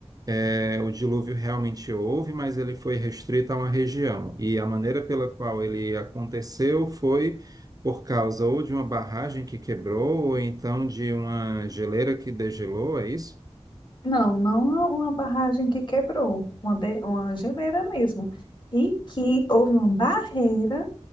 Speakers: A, on the right; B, on the left.
A: é, o dilúvio realmente houve, mas ele foi restrito a uma região. E a maneira pela qual ele aconteceu foi por causa ou de uma barragem que quebrou, ou então de uma geleira que degelou, é isso?
B: Não, não uma uma barragem que quebrou, uma, de- uma geleira mesmo. E que houve uma barreira